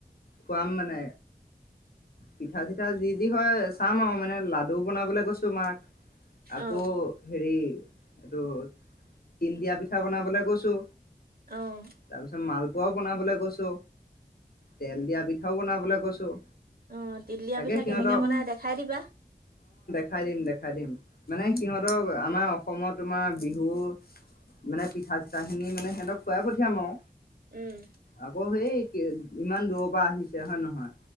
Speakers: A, on the left; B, on the right.
A: খুৱাম মানে পিঠা চিঠা যি যি হয় চাম আৰু মানে লাডু বনাবলৈ কৈছো মাক আকৌ
B: অ
A: হেৰি এইটো তিল দিয়া পিঠা বনাবলে কৈছো
B: অ
A: তাৰপিছত মাল খ বনাবলৈ কৈছো তেল দিয়া পিঠাও বনাবলৈ কৈছো
B: অ তিলীয়া
A: তাকে
B: পিঠা
A: সিহঁতক
B: কেনেকে বনাই দেখাই দিবা
A: দেখাইদিম দেখাইদিম মানে সিহঁতক আমাৰ অসমত তোমাৰ বিহু মানে পিঠা চিঠাখিনি মানে সিহঁতক খুৱাই পঠিয়াম আৰু
B: উম
A: আকৌ সেই ইমান দূৰৰ পৰা আহিছে হয় নহয়